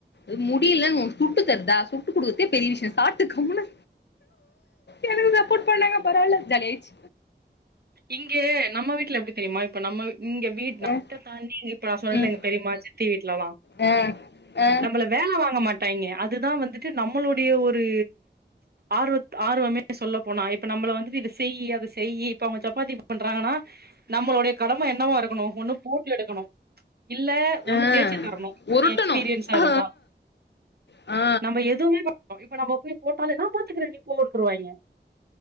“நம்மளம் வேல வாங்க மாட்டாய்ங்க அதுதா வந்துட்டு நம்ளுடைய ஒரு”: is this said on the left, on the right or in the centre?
Right